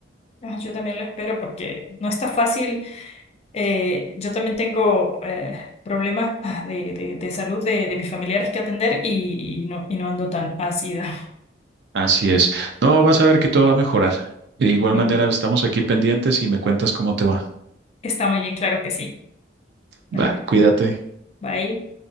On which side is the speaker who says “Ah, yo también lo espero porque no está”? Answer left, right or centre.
Left